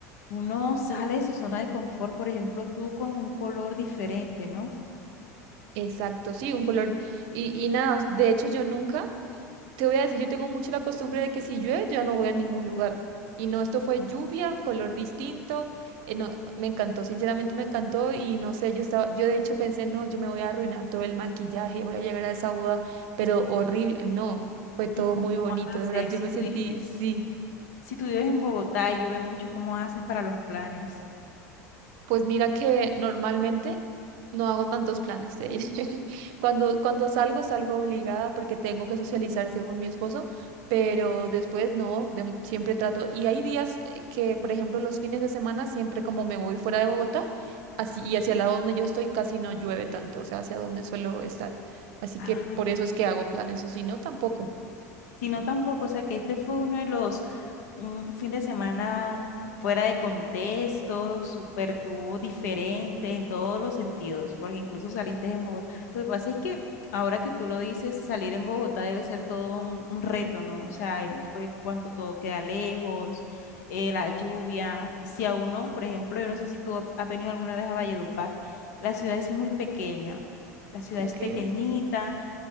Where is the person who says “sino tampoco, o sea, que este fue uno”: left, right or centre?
Left